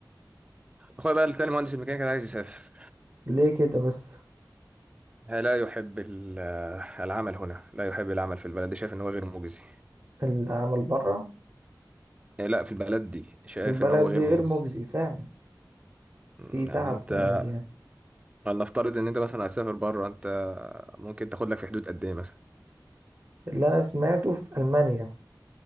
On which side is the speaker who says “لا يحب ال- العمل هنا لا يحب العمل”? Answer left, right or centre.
Right